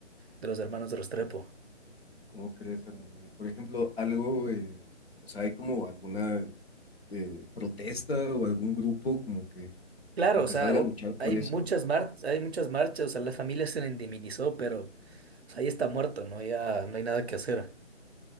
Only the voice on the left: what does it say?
¿Cómo crees, hermano? Y por ejemplo, algo, eh, o sea, hay como alguna eh, protesta o algún grupo como que,
como
que
salga
a luchar por
eso,